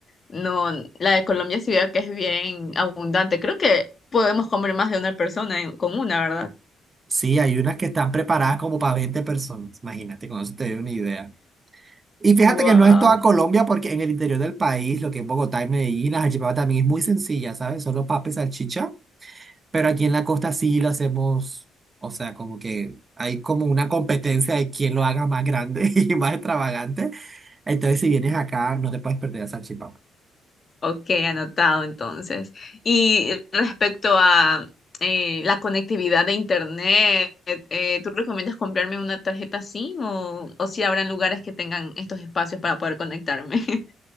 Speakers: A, on the left; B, on the right.
A: no, la de Colombia sí veo que es bien abundante. Creo que podemos comer más de una persona en- con una, ¿verdad?
B: Sí, hay unas que están preparadas como para veinte personas, imagínate, con eso te doy una idea. Y fíjate
A: Wow.
B: que no es toda Colombia, porque en el interior del país, lo que es Bogotá y Medellín, la salchipapa también es muy sencilla, ¿sabes? Solo papa y salchicha. Pero aquí en la costa sí lo hacemos, o sea, como que hay como una competencia de quién lo haga más grande <laughs> y más extravagante. Entonces, si vienes acá, no te puedes perder la salchipapa.
A: Ok, anotado entonces. Y respecto a eh, la conectividad de internet, eh, ¿tú recomiendas comprarme una tarjeta SIM o, o si habrán lugares que tengan estos espacios para poder conectarme? <laughs>